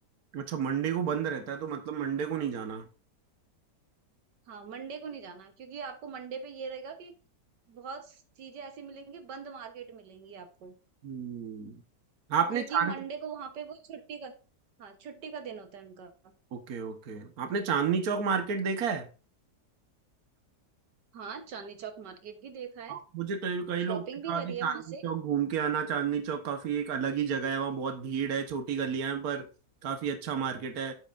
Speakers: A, on the right; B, on the right.
A: अच्छा मंडे को बंद रहता है तो मतलब मंडे को नहीं जाना
B: हाँ मंडे को नहीं जाना क्योंकि आपको मंडे पे ये रहेगा कि बहुत चीजें ऐसी मिलेंगी बंद मार्केट मिलेंगी आपको
A: हम्म आपने
B: क्योंकि
A: चांदनी
B: मंडे को वहां पे वो छुट्टी का हाँ छुट्टी का दिन होता है उनका
A: ओके ओके आपने चांदनी चौक मार्केट देखा है
B: हाँ चांदनी चौक मार्केट भी देखा है
A: आप- मुझे कई कई लोग
B: शॉपिंग
A: ने कहा
B: भी करी
A: कि चांदनी
B: है वहां से
A: चौक घूम के आना चांदनी चौक काफी एक अलग ही जगह है वहाँ बहुत भीड़ है छोटी गलियां हैं पर काफी अच्छा मार्केट है